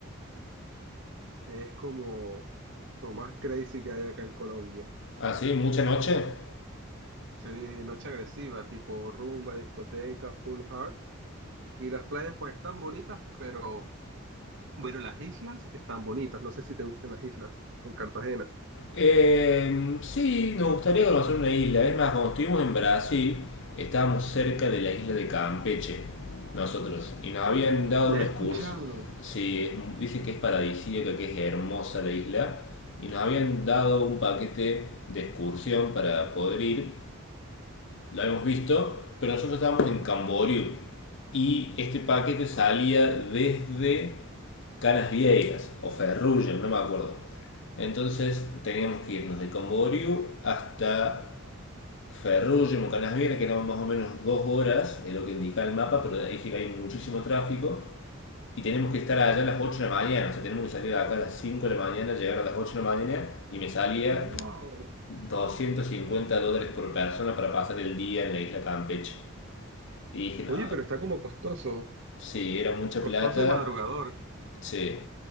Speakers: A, on the right; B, on the left.
A: es como lo más crazy que hay acá en Colombia.
B: Ah, sí, mucha noche.
A: Sí, noche agresiva, tipo rumba, discoteca, full heart. Y las playas pues están bonitas, pero bueno, las islas están bonitas. No sé si te gustan las islas en Cartagena.
B: Eh, sí, nos gustaría conocer una isla. Es más, cuando estuvimos en Brasil, estábamos cerca de la isla de Campeche, nosotros, y nos habían dado
A: La
B: una
A: he
B: excursión.
A: escuchado.
B: Sí, es- dicen que es paradisíaca, que es hermosa la isla, y nos habían dado un paquete de excursión para poder ir, lo hemos visto, pero nosotros estábamos en Camboriú y este paquete salía desde Canas Viejas o Ferrugem, no me acuerdo. Entonces teníamos que irnos de Camboriú hasta Ferrugem o Canas Viejas, que eran más o menos dos horas, es lo que indica el mapa, pero ahí sí que hay muchísimo tráfico. Y tenemos que estar allá a las 8 de la mañana, o sea, tenemos que salir de acá a las 5 de la mañana, llegar a las 8 de la mañana, y me salía
A: Wow.
B: 250 dólares por persona para pasar el día en la isla Campeche. Y dije, no,
A: Oye, pero está como costoso.
B: sí, era mucha
A: Costoso
B: plata,
A: y madrugador.
B: sí,